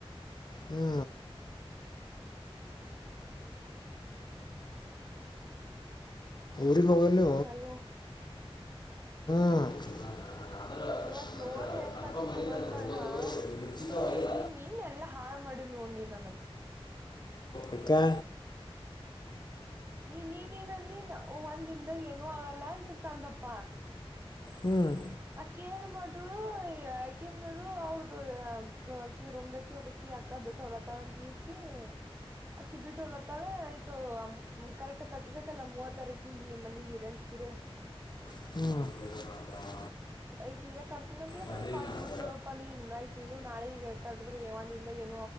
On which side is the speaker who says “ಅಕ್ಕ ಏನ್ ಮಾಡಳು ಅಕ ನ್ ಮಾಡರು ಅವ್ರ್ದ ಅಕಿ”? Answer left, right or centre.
Right